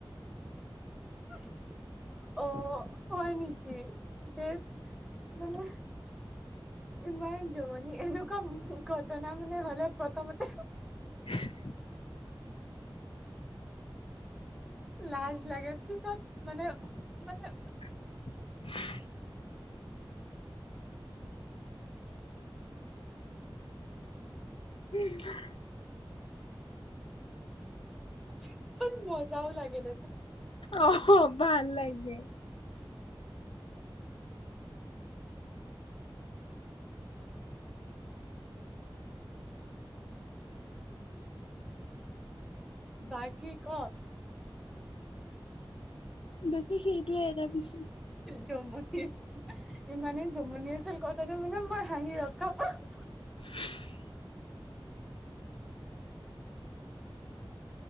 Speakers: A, in the centre; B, on the left (about 80°).
A: <inaudible> অ' হয় নেকি? ধেত মানে। ইমান জমনি এনেকুৱা ঘটনা মানে হলে প্ৰথমতে।
B: <unintelligible>
A: লাজ লাগে পিছত মানে। মানে
B: <unintelligible> উম।
A: পিছত মজাও লাগে দেচোন।
B: অ' ভাল লাগে।
A: বাকি ক।
B: বাকী সেইটোয়ে এটাৰ পিছত।
A: জুমুনি ইমানে জুমনি আছিল কথাটো মানে মই হাহি ৰখাম <unintelligible>
B: <unintelligible>